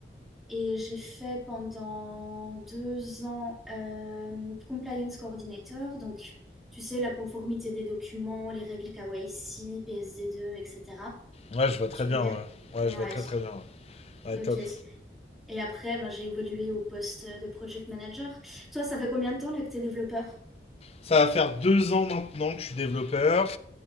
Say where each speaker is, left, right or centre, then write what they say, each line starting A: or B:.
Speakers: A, in the centre; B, on the left.
A: Et j'ai fait pendant deux ans euh, compliance coordinator, donc tu sais, la conformité des documents, les règles KYC, PSD2, etc.
B: Ouais, je vois très
A: Tu connais?
B: bien, ouais. Ouais,
A: Ouais,
B: je vois très très bien. Ouais,
A: ok.
B: Ouais, top.
A: Et après, bah, j'ai évolué au poste de project manager. Toi, ça fait combien de temps là que t'es développeur?
B: Ça va faire deux ans maintenant que je suis développeur.